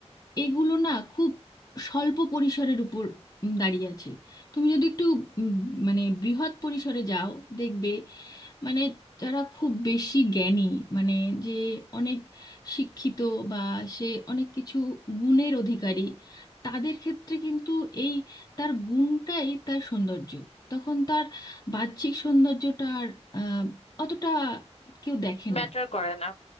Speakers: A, on the left (about 35°); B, on the left (about 65°).
A: এগুলো না খুব স্বল্প পরিসরের উপর উম, দাঁড়িয়ে আছে তুমি যদি একটু উম, মানে বৃহৎ পরিসরে যাও দেখবে মানে যারা খুব বেশি জ্ঞানী মানে যে অনেক শিক্ষিত বা সে অনেক কিছু গুণের অধিকারী তাদের ক্ষেত্রে কিন্তু এই তার গুণটাই তার সৌন্দর্য তখন তার বাহ্যিক সৌন্দর্যটা আর আহ, অতটা কেউ দেখে
B: ম্যাটার
A: না
B: করে না